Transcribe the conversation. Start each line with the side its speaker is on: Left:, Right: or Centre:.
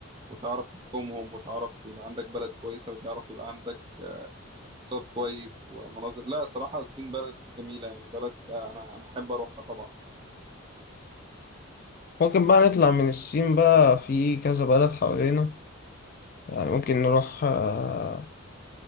Right: وتعرف تحكمهم وتعرف يبقى عندك بلد كويسة وتعرف يبقى عندك آه، اقتصاد كويس ومناظر لا صراحة الصين بلد جميلة يعني بلد آه، أنا أنا أحب أروحها طبعا
Left: ممكن بقى نطلع من الصين بقى في كذا بلد حوالينا يعني ممكن نروح آه،